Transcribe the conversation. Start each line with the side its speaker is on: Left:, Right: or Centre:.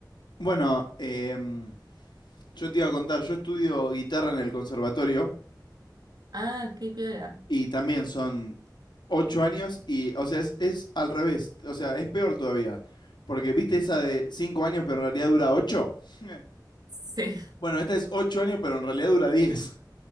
Left: Bueno, em, yo te iba a contar, yo estudio guitarra en el conservatorio
Right: Ah, qué piola.
Left: Y también son ocho años y, o sea, es, es al revés, o sea, es peor todavía. Porque viste esa de cinco años, pero en realidad dura ocho. <laughs>
Right: Sí,
Left: Bueno, esta es ocho años, pero en realidad dura diez.